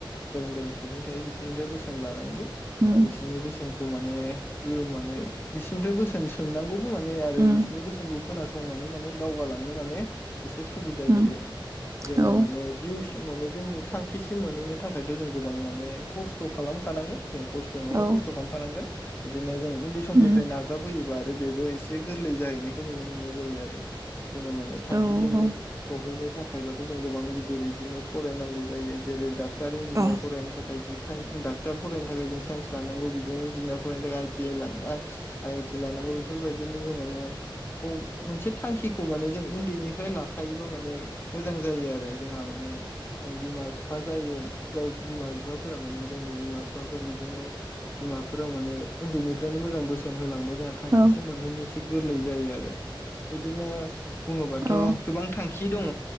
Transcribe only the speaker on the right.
उम
उम
उम
औ
औ
उम
औ औ
औ
औ
औ